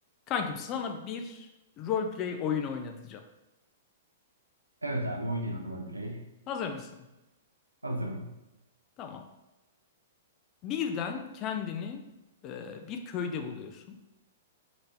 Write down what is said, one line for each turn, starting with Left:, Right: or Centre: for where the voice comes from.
Left: Kankim sana bir roleplay oyunu oynatacağım.
Right: Evet abi oynayalım roleplay.
Left: Hazır mısın?
Right: Hazırım.
Left: Tamam. Birden kendini e, bir köyde buluyorsun.